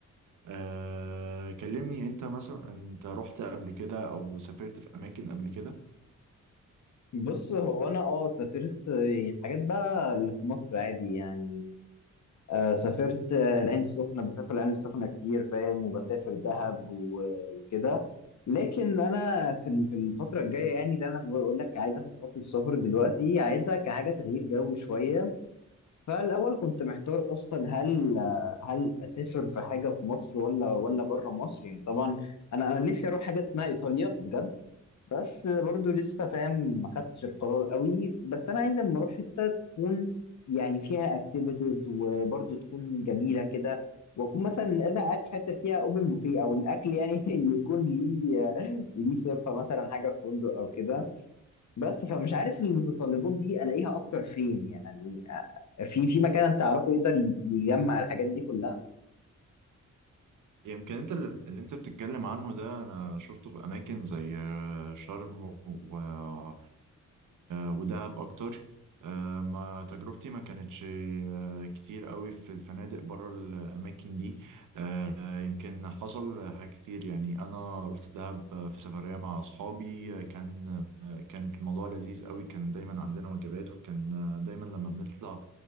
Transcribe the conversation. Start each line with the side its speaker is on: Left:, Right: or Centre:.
Right: آه، كلمني انت مثلا انت رحت قبل كده او سافرت في اماكن قبل كده
Left: بص هو انا اه سافرت يعني في حاجات بقى اللي في مصر عادي يعني آه سافرت آه، العين السخنة بسافر العين السخنة كتير فاهم وبسافر دهب و- وكده لكن انا في ال- في الفترة الجاية يعني اللي انا بقول لك عايز اخد خطوة سفر دلوقتي عايزها كحاجة تغيير جو شوية فالاول كنت محتار اصلا هل آه، هل اسافر في حاجة في مصر ولا ولا بره مصر يعني طبعا انا انا نفسي اروح حاجة اسمها ايطاليا بجد بس برضو لسه فاهم ما خدتش القرار قوي بس انا عايز اما اروح حته تكون يعني فيها اكتيفيتيز وبرضو تكون جميله كده واكون مثلا اذا قاعد في حته فيها اوبن بوفيه او الاكل يعني <laughs> يكون ليه ليه سيرفا مثلا حاجه في فندق او كده بس فمش عارف المتطلبات دي الاقيها اكتر فين يعني في في مكان انت تعرفه يقدر ي- يجمع الحاجات دي كلها
Right: يعني يمكن انت اللي, اللي انت بتتكلم عنه ده انا شفته في اماكن زي آه، شرم و- ودهب اكتر آه، ما تجربتي ما كانتش آه، كتير قوي في الفنادق بره الاماكن دي آه، يمكن حصل حاجات كتير يعني انا رحت دهب آه، في سفريه مع اصحابي آه، كان آه، كانت الموضوع لذيذ قوي كان دايما عندنا وجبات وكان آه، دايما لما بنطلع